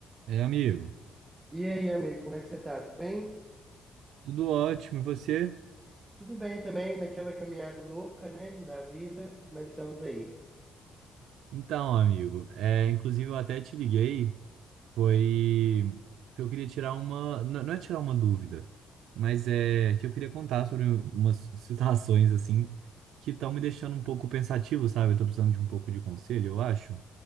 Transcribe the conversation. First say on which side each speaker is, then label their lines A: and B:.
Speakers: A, on the right; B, on the right.
A: É, amigo,
B: E aí, amigo, como é que você tá? Tudo bem?
A: tudo ótimo, e você?
B: Tudo bem também, naquela caminhada louca, né, da vida, mas estamos aí.
A: Então, amigo, é, inclusive eu até te liguei, foi que eu queria tirar uma, n- não é tirar uma dúvida, mas é que eu queria contar sobre umas <laughs> situações assim que estão me deixando um pouco pensativo, sabe? Eu tô precisando de um pouco de conselho, eu acho.